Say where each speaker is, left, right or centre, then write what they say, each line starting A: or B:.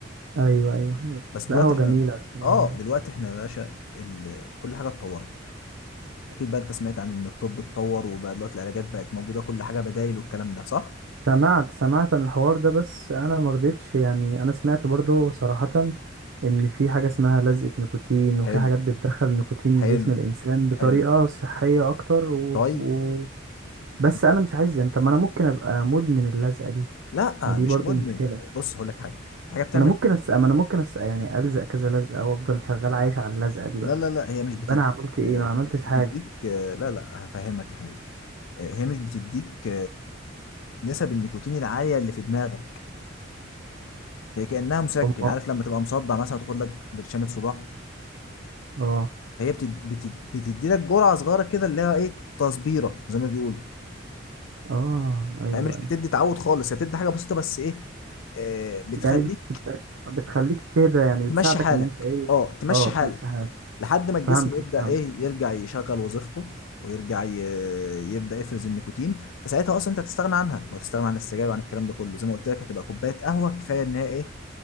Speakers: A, on the right; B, on the left.
A: أيوة أيوة
B: بس دلوقتي
A: القهوة
B: احنا
A: جميلة الصراحة
B: اه دلوقتي احنا يا باشا ال... كل حاجه اتطورت اكيد بقى انت سمعت عن ان الطب اتطور وبقى دلوقتي العلاجات بقت موجوده كل حاجه بدايل والكلام ده صح
A: سمعت سمعت عن الحوار ده بس أنا مرضتش يعني أنا سمعت برضو صراحة إن في حاجة اسمها لزقة نيكوتين وفي
B: حلو
A: حاجات بتدخل نيكوتين
B: حلو
A: لجسم الإنسان بطريقة
B: حلو
A: صحية أكتر و...
B: طيب
A: و... بس
B: انت
A: أنا مش عايز يعني طب ما أنا ممكن أبقى مدمن اللزقة دي
B: لا
A: ما دي
B: مش
A: برضو
B: مدمن
A: مشكلة ما
B: بص هقول لك حاجه في حاجه بتعمل
A: أنا ممكن أس... ما أنا ممكن أس... يعني ألزق كذا لزقة وأفضل شغال عايش على اللزقة دي
B: لا
A: بقى
B: لا لا هي مش
A: يبقى
B: بتديك
A: أنا عملت إيه ما عملتش
B: مش بتديك
A: حاجة
B: لا لا هفهمك يا حبيبي هي مش بتديك نسب النيكوتين العاليه اللي في دماغك هي كانها مسكن
A: أم
B: عارف لما تبقى مصدع مثلا وتاخد لك برشامه صداع
A: آه
B: هي بتد... بتد... بتدي لك جرعه صغيره كده اللي هي ايه تصبيره زي ما بيقولوا
A: اه ايوه
B: هي مش
A: ايوه
B: بتدي تعود خالص هي بتدي حاجه بسيطه بس ايه آه بتخليك
A: يعني بت- بت- بتخليك تهدى يعني بتساعدك
B: تمشي حالك
A: ان انت ايه
B: اه تمشي
A: اه
B: حالك
A: تمشي حالك
B: لحد ما الجسم
A: فهمت
B: يبدا
A: فهمت
B: ايه يرجع يشغل وظيفته ويرجع ي... يبدا يفرز النيكوتين فساعتها اصلا انت هتستغنى عنها وهتستغنى عن السجاير وعن الكلام ده كله زي ما قلت لك هتبقى كوبايه قهوه كفايه ان هي ايه